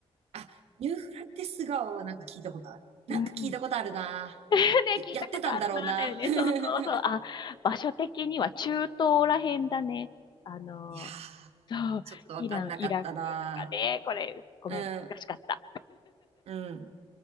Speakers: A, on the right; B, on the left.
A: あ、ニューフラテス顔はなんか聞いたことある。なんか聞いたことあるな。
B: うん。<laughs> ね、
A: や、
B: 聞いたことあるな、
A: やってたんだろうな。
B: だよね。
A: <laughs>
B: そうそうそう。あ、場所的には中東らへんだね。あの、
A: いやー、
B: そう、
A: ちょっとわかんなかったな。
B: イラン、イラクとかね。これ、ごめん、
A: うん、
B: 難しかった。
A: うん、